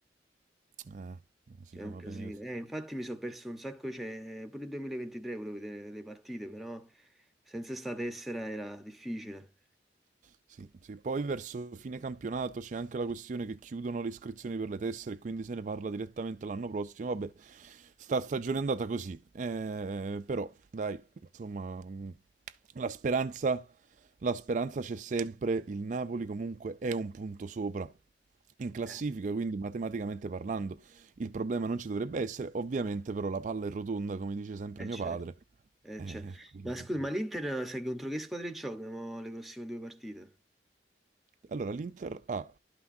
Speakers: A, on the right (about 40°); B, in the centre.
A: Eh, sì,
B: È
A: no,
B: un
A: vabbè,
B: casino.
A: mi...
B: Eh, infatti mi sono perso un sacco, cioè, pure il 2023 volevo vedere le partite, però senza sta tessera era difficile.
A: Sì, sì. Poi verso fine campionato c'è anche la questione che chiudono le iscrizioni per le tessere, e quindi se ne parla direttamente l'anno prossimo. Vabbè, sta stagione è andata così. Eh, però, dai, insomma, mh, la speranza, la speranza c'è sempre. Il Napoli comunque è un punto sopra in classifica,
B: Eh,
A: quindi matematicamente parlando il problema non ci dovrebbe essere. Ovviamente però la palla è rotonda, come dice sempre
B: eh,
A: mio
B: certo,
A: padre.
B: eh,
A: Eh,
B: certo.
A: eh, quindi-
B: Ma scusa, ma l'Inter sai contro che squadre gioca mo, le prossime due partite?
A: Allora, l'Inter ha